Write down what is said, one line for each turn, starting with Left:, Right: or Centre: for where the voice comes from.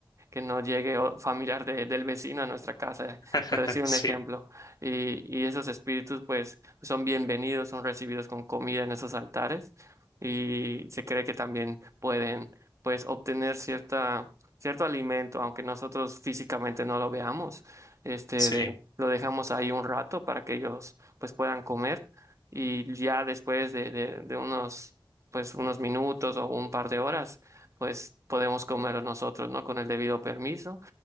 Right: que no llegue o- familiar de- del vecino a nuestra casa,
Left: <laughs>
Right: por decir
Left: Sí,
Right: un ejemplo. Y, y esos espíritus pues son bienvenidos, son recibidos con comida en esos altares y se cree que también pueden pues obtener cierta, cierto alimento, aunque nosotros físicamente no lo veamos. Este,
Left: sí,
Right: de- lo dejamos ahí un rato para que ellos pues puedan comer y ya después de, de de unos pues unos minutos o un par de horas pues podemos comerlo nosotros, ¿no? Con el debido permiso